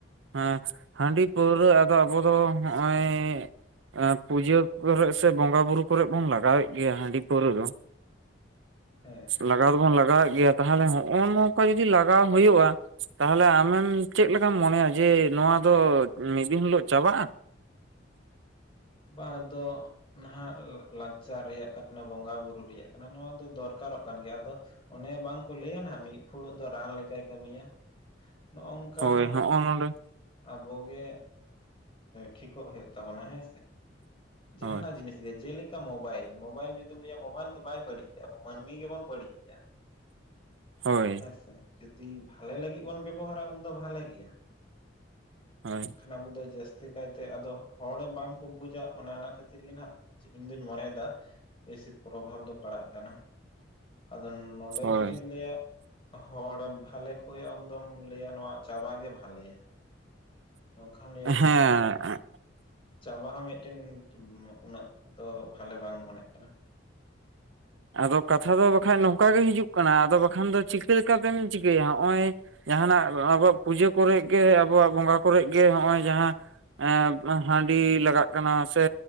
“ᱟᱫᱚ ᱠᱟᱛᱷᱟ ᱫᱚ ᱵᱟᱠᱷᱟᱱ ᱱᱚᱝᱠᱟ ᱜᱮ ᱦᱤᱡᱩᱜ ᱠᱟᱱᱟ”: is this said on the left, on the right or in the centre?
Right